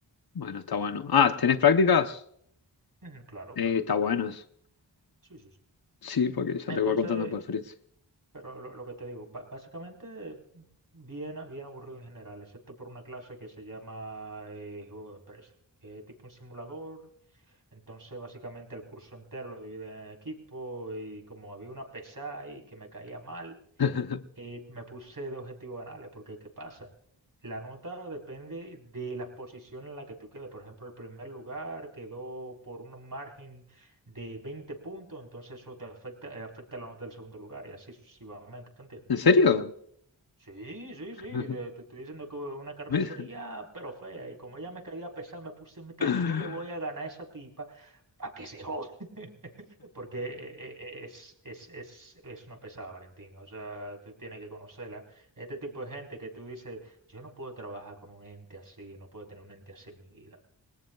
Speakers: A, on the left (about 55°); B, on the right (about 45°).
A: Bueno, está bueno. Ah, ¿tenés prácticas?
B: Ujú, Claro,
A: Eh,
B: claro.
A: está bueno eso.
B: Sí, sí, sí.
A: Sí, porque ya
B: Entonces,
A: te voy contando por experiencia.
B: pero lo, lo que te digo, ba- básicamente bien, a- bien aburrido en general, excepto por una clase que se llama eh, Juego de Empresa, que es tipo un simulador Entonces, básicamente el curso entero lo dividí en equipo y como había una pesada ahí que me caía mal,
A: <laughs>
B: eh, me puse de objetivos banales, porque ¿qué pasa? La nota depende de la posición en la que tú quedes. Por ejemplo, el primer lugar quedó por un margen de 20 puntos, entonces eso te afecta, eh, afecta la nota del segundo lugar y así sucesivamente, ¿te entiendes?
A: ¿En serio?
B: Sí, sí, sí,
A: <laughs>
B: de- te estoy diciendo que una carnicería,
A: Mira.
B: pero fea. Y como ella me caía pesada, me puse meta,
A: <laughs>
B: yo le voy a ganar a esa tipa a que se joda. <laughs> Porque eh, eh, es, es, es, es una pesada, Valentín. O sea, tú tienes que conocerla. Este tipo de gente que tú dices, yo no puedo trabajar con un ente así, no puedo tener un ente así en mi vida.